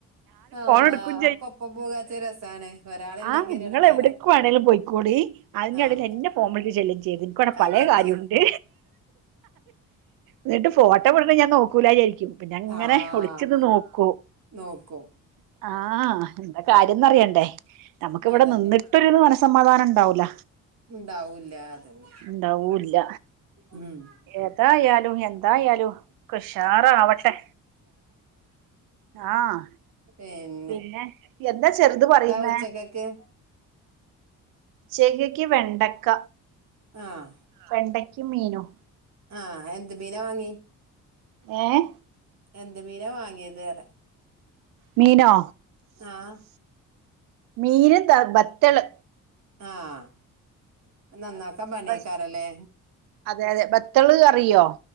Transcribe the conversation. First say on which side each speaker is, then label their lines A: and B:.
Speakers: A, on the right; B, on the right.
A: അല്ലാഹ്
B: എടുക്കും
A: ഒക്കപ്പം പൂകാച്ച രസാണ് ഒരാളില്ലെങ്കി
B: ആഹ്
A: ഒരു
B: നിങ്ങൾ
A: എടങ്ങേറാണ്
B: എവിടക്ക് വേണങ്കിലും പോയ്ക്കോളി അതിന്റെയെടക്ക്
A: ആഹ്
B: എന്റെ ഫോൺ വിളിച് <unintelligible> ഇൻക്ക് ഇവിടെ പല
A: അതന്നെ
B: കാര്യുണ്ട് ന്നിട്ട് ഫോട്ടം വിടുമ്പോ ഞാൻ നോക്കൂലാജാരിക്കും പിന്നെ അങ്ങനെ
A: ആഹ്
B: ഒളിച്ചിന്ന് നോക്കും
A: നോക്കും
B: ആഹ് കാര്യംന്ന് അറിയണ്ടേ നമുക്ക് ഇവിടെ
A: അതന്നെ
B: നിന്നിട്ടൊരു മനസ്സമാധാനം ഇണ്ടാവൂല
A: ഉണ്ടാവൂല്ല അതന്നെ
B: ഇണ്ടാവൂല്ല
A: ഉം
B: ഇതായാലും എന്തായാലും ഉഷാറാവട്ടെ ആഹ്
A: ഏഹ്
B: പിന്നെ എന്താ ചെർത് പറയുന്നേ
A: ഉച്ചക്കക്ക്
B: ചെകയ്ക്ക് വെണ്ടക്ക
A: ആഹ്
B: വെണ്ടയ്ക്കിം മീനും
A: ആഹ് എന്ത് മീനാ വാങ്ങി
B: ഏഹ്
A: എന്ത് മീനാ വാങ്ങിയത് പറിയാ
B: മീനോ
A: ആഹ്
B: മീന് ന്താ ബെത്തള്
A: ആഹ് നന്നാക്കാം പണിയാക്കാരല്ലേ
B: ബ അതെ അതെ ബത്തള് അറിയോ